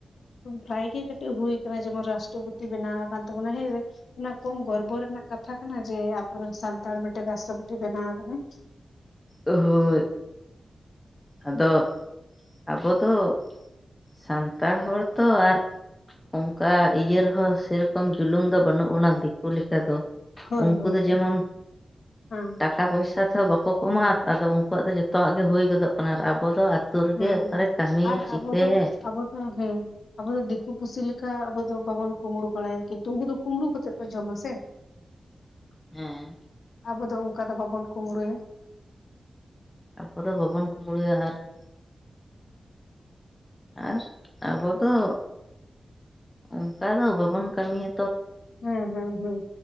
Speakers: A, on the left; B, on the left.
A: ᱯᱨᱟᱭ ᱜᱮ ᱠᱟᱹᱴᱤᱡ ᱦᱩᱭ ᱠᱟᱱᱟ ᱡᱮᱢᱚᱱ ᱨᱟᱥᱴᱨᱚᱯᱚᱛᱤ ᱵᱮᱱᱟᱣ ᱟᱠᱟᱱ ᱛᱟᱵᱚᱱᱟ ᱦᱮᱸ ᱚᱱᱟ ᱠᱚᱢ ᱜᱚᱨᱵᱚ ᱨᱮᱱᱟᱜ ᱠᱟᱛᱷᱟ ᱠᱟᱱᱟ ᱡᱮ ᱟᱵᱚᱨᱮᱱ ᱥᱟᱱᱛᱟᱲ ᱢᱤᱫᱴᱮᱱ ᱨᱟᱥᱴᱨᱚᱯᱚᱛᱤ ᱵᱮᱱᱟᱣ ᱟᱠᱟᱱᱟ ᱾
B: ᱦᱳᱭ ᱾ ᱟᱫᱚ ᱟᱵᱚ ᱫᱚ ᱥᱟᱱᱛᱟᱲ ᱦᱚᱲ ᱛᱚ ᱟᱨ ᱚᱱᱠᱟ ᱤᱭᱟᱹ ᱨᱮᱦᱚᱸ ᱥᱮᱨᱚᱠᱚᱢ ᱡᱩᱞᱩᱝ ᱫᱚ ᱵᱟᱹᱱᱩᱜ ᱵᱚᱱᱟ ᱫᱤᱠᱩ ᱞᱮᱠᱟ ᱫᱚ
A: ᱦᱳᱭ
B: ᱩᱱᱠᱩ
A: ᱦᱳᱭ
B: ᱫᱚ
A: ᱦᱳᱭ
B: ᱡᱮᱢᱚᱱ
A: ᱦᱮᱸ
B: ᱴᱟ ᱴᱟᱠᱟ ᱯᱚᱭᱥᱟ ᱛᱮᱦᱚᱸ ᱵᱟᱠᱚ ᱠᱚᱢᱟ ᱟᱫᱚ ᱩᱱᱠᱩᱣᱟᱜ ᱫᱚ ᱡᱚᱛᱚᱣᱟᱜ ᱜᱮ ᱦᱩᱭ ᱜᱚᱫᱚᱜ ᱠᱟᱱᱟ ᱟᱨ ᱟᱵᱚ ᱫᱚ ᱟᱛᱳ ᱨᱮᱜᱮ
A: ᱦᱮᱸ
B: ᱚᱠᱟᱨᱮ
A: ᱦᱮᱸ
B: ᱠᱟᱹᱢᱤᱭᱟᱭ
A: ᱟᱨ
B: ᱪᱤᱠᱟᱹᱭᱟᱭ
A: ᱟᱵᱚ ᱫᱚ
B: ᱾
A: ᱟᱵᱚ ᱫᱚ ᱦᱮᱸ ᱟᱵᱚ ᱫᱚ ᱫᱤᱠᱩ ᱯᱩᱥᱤ ᱞᱮᱠᱟ ᱟᱵᱚ ᱫᱚ ᱵᱟᱵᱚᱱ ᱠᱩᱢᱵᱽᱲᱩ ᱵᱟᱲᱟᱭᱟ ᱠᱤᱱᱛᱩ ᱩᱱᱠᱩ ᱫᱚ ᱠᱩᱢᱵᱽᱲᱩ ᱠᱟᱛᱮᱫ ᱠᱚ ᱡᱚᱢᱟ ᱥᱮ
B: ᱦᱮᱸ
A: ᱟᱵᱚ ᱫᱚ ᱚᱱᱠᱟ ᱫᱚ ᱵᱟᱵᱚᱱ ᱠᱩᱢᱵᱽᱲᱩᱭᱟ ᱾
B: ᱟᱵᱚᱫ ᱫᱚ ᱵᱟᱵᱚᱱ ᱠᱩᱢᱵᱽᱲᱩᱭᱟ ᱟᱨ ᱾ ᱟᱨ ᱟᱵᱚ ᱫᱚ ᱚᱱᱠᱟ ᱫᱚ ᱵᱟᱵᱚᱱ ᱠᱟᱹᱢᱤᱭᱟ
A: ᱦᱩᱸ ᱦᱩᱸ ᱦᱩᱸ